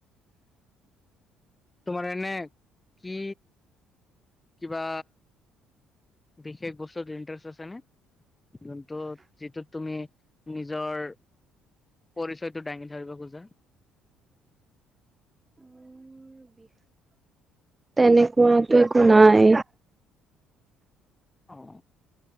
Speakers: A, on the left (about 15°); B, on the right (about 20°).
A: তোমাৰ এনে কি কিবা বিশেষ বস্তুত ইণ্টাৰেষ্ট আছে নে যোনটো যিটোত তুমি নিজৰ। পৰিচয়টো দাঙি ধৰিব খোজা।
B: তেনেকুৱাতটো একো নাই
A: অ'